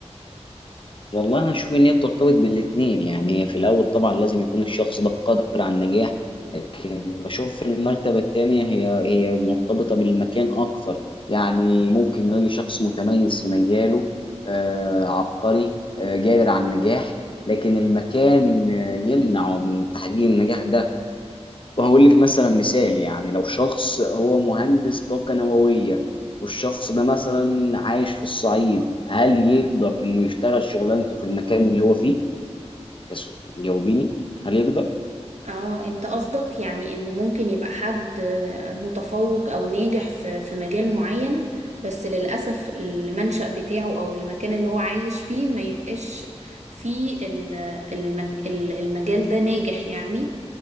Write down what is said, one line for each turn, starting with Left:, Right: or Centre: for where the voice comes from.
Left: والله انا اشوف ان هي بترتبط بالاثنين يعني هي في الاول طبعا لازم يكون الشخص ده قادر على النجاح لكن بشوف في المرتبه الثانيه هي هي مرتبطه بالمكان اكثر يعني ممكن نلاقي شخص متميز في مجاله آه عبقري آه قادر على النجاح لكن المكان آه، يمنعه من تحقيق النجاح ده وهقول لك مثلا مثال يعني لو شخص هو مهندس طاقة نووية والشخص ده مثلا عايش في الصعيد هل يقدر انه يشتغل شغلانته في المكان اللي هو فيه؟ كس- جاوبيني هل يقدر؟
Right: اه انت قصدك يعني ان ممكن يبقى حد متفوق او ناجح في في مجال معين بس للأسف المنشأ بتاعه او المكان اللي هو عايش فيه ما يبقاش فيه ال- المج- ال- المجال ده ناجح يعني